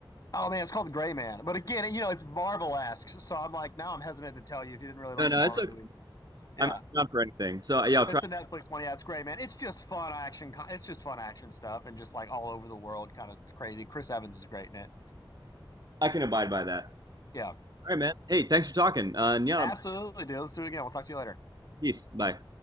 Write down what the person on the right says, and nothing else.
No, no,
it's okay.
I'm not for anything. So yeah, I'll try.
I can abide by that. All
right, man. Hey, thanks for talking. Uh, and yeah,
peace. Bye.